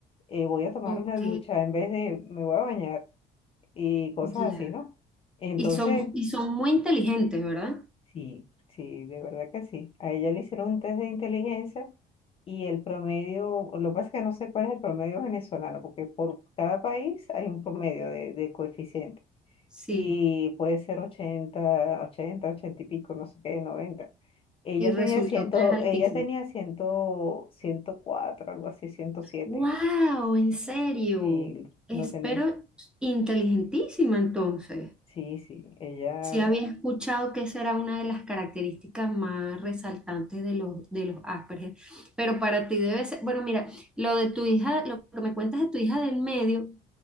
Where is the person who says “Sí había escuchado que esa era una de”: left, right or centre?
Centre